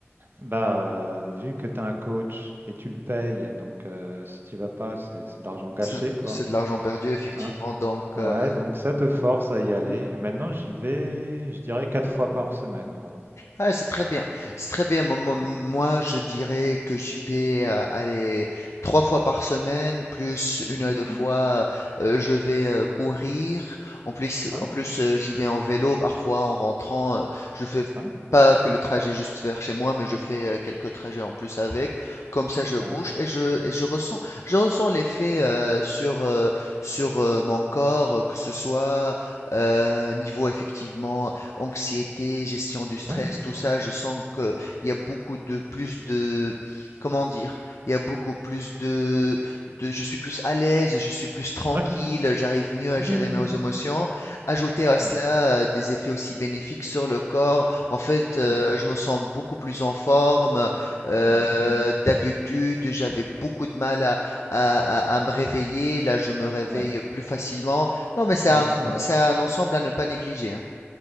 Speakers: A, on the right (about 50°); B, on the left (about 80°).
A: Bah, euh, vu que t'as un coach et tu le payes, donc euh, si tu vas pas, c'est c'est de l'argent gâché,
B: C'est
A: quoi.
B: c'est de l'argent perdu, effectivement.
A: hein.
B: Donc,
A: Ouais,
B: euh,
A: donc ça te force à y aller.
B: mm.
A: Et maintenant, j'y vais, je dirais, quatre fois par semaine, en gros.
B: Ah, c'est très bien. C'est très bien. Mo- mo- Moi,
A: Mm,
B: je dirais que j'y vais euh, aller trois fois par semaine, plus une
A: mm,
B: à deux fois,
A: mm.
B: euh, je vais euh, courir. En plus,
A: Ouais,
B: en plus, euh, j'y vais en vélo parfois en rentrant. euh, je fais
A: ouais,
B: pas que le trajet juste vers chez moi, mais je fais euh, quelques trajets en plus avec. Comme ça, je bouge
A: ouais,
B: et je, et je ressens, je ressens l'effet euh, sur, euh, sur euh, mon corps, que ce soit euh, niveau effectivement anxiété, gestion du stress,
A: ouais,
B: tout ça,
A: ouais,
B: je sens qu'il y a beaucoup de plus de, comment dire, il y a beaucoup plus de, de, je suis plus à l'aise, je suis plus tranquille,
A: ouais,
B: j'arrive mieux
A: ah
B: à gérer
A: ouais, ouais,
B: mes émotions. Ajouter à cela
A: ouais, ouais,
B: euh, des effets aussi bénéfiques sur le corps, en fait, euh,
A: mhm,
B: je me sens beaucoup plus en forme. euh,
A: ouais, ouais,
B: d'habitude, j'avais beaucoup de mal à, à, à- à me réveiller. Là, je me réveille
A: ouais,
B: plus facilement. Non, mais c'est
A: ouais,
B: un,
A: ouais.
B: c'est un ensemble à ne pas négliger. hein.